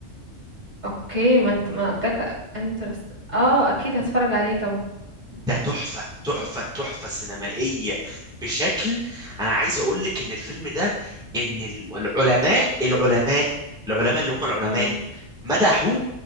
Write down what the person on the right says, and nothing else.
اوكي ما انت ما أنا قلتلك انترست اه اكيد هتفرج عليه طبعا
امم